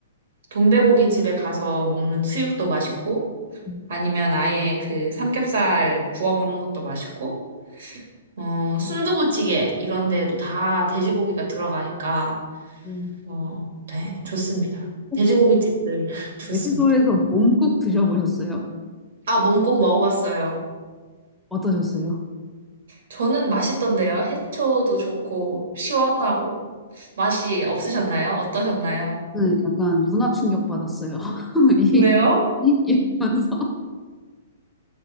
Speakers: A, on the right (about 70°); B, in the centre.
A: 돈베고기 집에 가서 먹는 수육도 맛있고
B: 음,
A: 아니면 아예 그 삼겹살 구워 먹는 것도 맛있고 어, 순두부찌개 이런 데에도 다 돼지고기가 들어가니까
B: 음.
A: 어, 네, 좋습니다.
B: 혹시
A: 돼지고기 집들 <laughs> 좋습니다.
B: 제주도에서 몸국 드셔보셨어요?
A: 아, 몸꼭 먹어봤어요.
B: 어떠셨어요?
A: 저는 맛있던데요. 해초도 좋고 시원하고 맛이 없으셨나요? 어떠셨나요?
B: 저는 약간 문화 충격 받았어요. <laughs> 이,
A: 왜요?
B: 이- 이러면서.